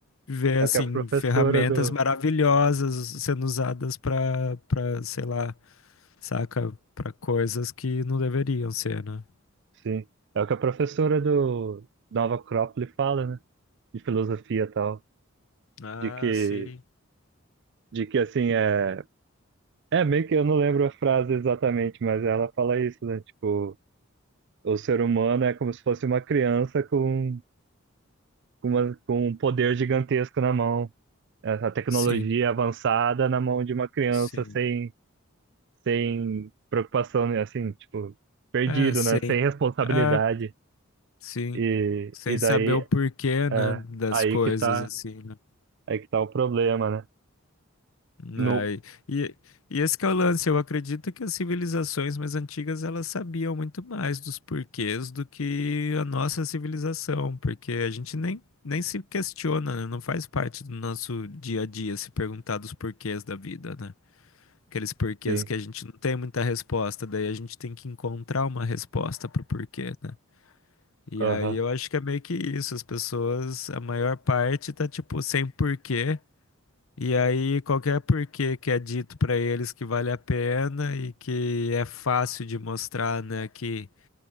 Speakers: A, on the left; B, on the right.
A: vê, assim,
B: é o que a professora
A: ferramentas
B: do,
A: maravilhosas sendo usadas para, para, sei lá, saca? Para coisas que não deveriam ser, né?
B: sim, é o que a professora do Nova Acrópole fala, né? De filosofia e tal,
A: Ah,
B: de que,
A: sim.
B: de que assim, é É, meio que eu não lembro a frase exatamente, mas ela fala isso, né? Tipo, o ser humano é como se fosse uma criança com, com, uma- com um poder gigantesco na mão. Essa tecnologia
A: Sim,
B: avançada na mão de uma criança
A: sim.
B: sem, sem preocupação, né? Assim, tipo, perdido,
A: É, sim.
B: né? Sem responsabilidade.
A: É, Sim,
B: E,
A: sem
B: e daí,
A: saber o porquê, né,
B: é,
A: das
B: aí
A: coisas
B: que tá,
A: assim, né?
B: aí que tá o problema, né?
A: Né,
B: No,
A: E, e esse que é o lance, eu acredito que as civilizações mais antigas elas sabiam muito mais dos porquês do que a nossa civilização, porque a gente nem, nem se questiona, né? Não faz parte do nosso dia a dia se perguntar dos porquês da vida, né? Aqueles porquês
B: sim,
A: que a gente não tem muita resposta, daí a gente tem que encontrar uma resposta pro porquê, né? E aí
B: aham.
A: eu acho que é meio que isso, as pessoas, a maior parte tá tipo sem porquê, e aí qualquer porquê que é dito pra eles que vale a pena e que é fácil de mostrar, né, que